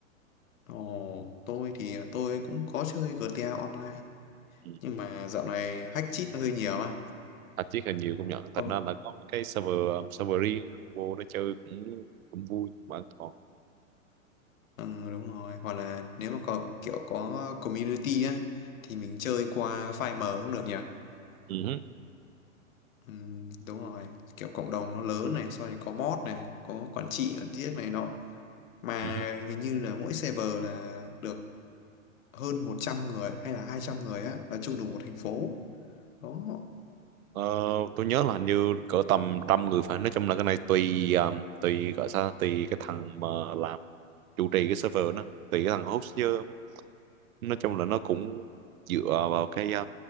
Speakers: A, on the left (about 70°); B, on the right (about 80°).
A: Ồ, tôi thì tôi cũng có chơi GTA Online
B: ừ.
A: nhưng mà dạo này hack cheat nó hơi nhiều á.
B: Tạp chí hình nhiều công nhận thành
A: Ông
B: ra là có cái server um, server riêng vô đó chơi cũng cũng vui mà an toàn
A: Ừ, đúng rồi hoặc là nếu mà có kiểu có community á thì mình chơi qua file mở cũng được nhỉ
B: ừ. hứ,
A: ừ, đúng rồi kiểu cộng đồng nó lớn này sau này có mod này có quản trị quản tiết này nọ mà
B: ừ hứ.
A: hình như là mỗi server là được hơn 100 người hay là 200 người á là chung đủ một thành phố đó
B: Ờ, tôi nhớ là hình như cỡ tầm trăm người phải nói chung là cái này tùy um, tùy gọi sao tùy cái thằng mà làm chủ trì cái server nó tùy cái thằng host chứ nói chung là nó cũng dựa vào cái ờ,